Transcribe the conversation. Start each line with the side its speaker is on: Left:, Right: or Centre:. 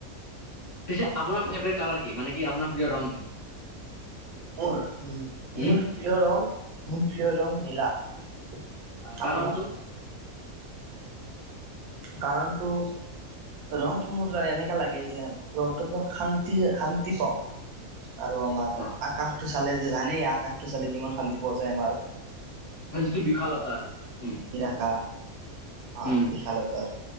Left: পিছে আপোনাৰ ফেভট কালাৰ কি মানে কি আপোনাৰ প্ৰিয় ৰং কি
Right: মোৰ উ
Left: উম
Right: মোৰ প্ৰিয় ৰং মোৰ প্ৰীয় ৰং নীলা <unintelligible>
Left: অ কাৰণ
Right: আপোনাৰ
Left: তু
Right: কাৰণটো ৰংটো মোৰ ত এনেককা লাগে যে ৰংটো প শান্তি শান্তি পাব আৰু আমাৰ
Left: আচ্ছা
Right: আকাশটো চালে যে জানেই আকাশটো চালে কিমান শান্তি পোৱা যায় আমাৰ
Left: অ যিটো বিখালতা আৰু উম
Right: ইা অ
Left: উম
Right: বিশালতাৰ